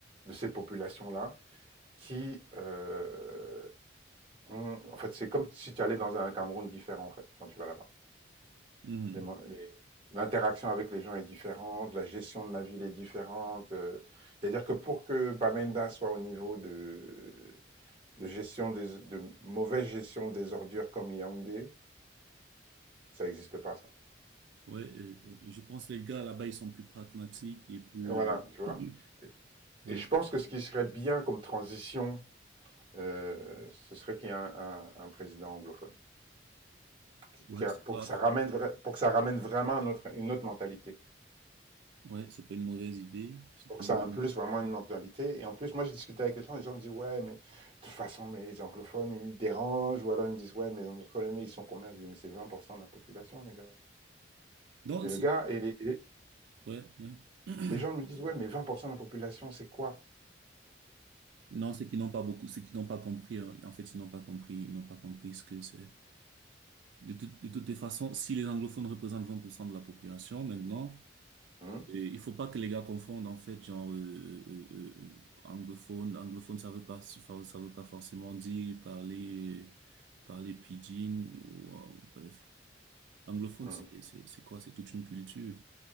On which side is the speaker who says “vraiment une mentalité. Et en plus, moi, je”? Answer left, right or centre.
Right